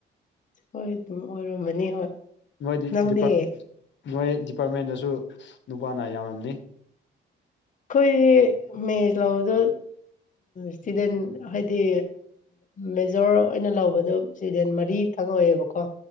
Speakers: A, on the left; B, on the left.
A: ꯍꯣꯏ ꯑꯗꯨꯝ ꯑꯣꯏꯔꯝꯃꯅꯤ ꯍꯣꯏ
B: ꯃꯣꯏꯗꯤ
A: ꯅꯪꯗꯤ
B: ꯗꯤꯄꯥꯔꯠꯃꯦꯟ ꯅꯣꯏ ꯗꯤꯄꯥꯔꯠꯃꯦꯟꯗꯁꯨ ꯅꯨꯄꯥꯅ ꯌꯥꯝꯔꯝꯅꯤ
A: ꯑꯩꯈꯣꯏꯗꯤ ꯃꯦꯊꯁ ꯂꯧꯕꯗꯣ ꯁ꯭ꯇꯨꯗꯦꯟ ꯍꯥꯏꯗꯤ ꯃꯦꯖꯣꯔ ꯑꯣꯏꯅ ꯂꯧꯕꯗꯣ <inaudible> ꯃꯔꯤꯇꯪ ꯑꯣꯏꯌꯦꯕꯀꯣ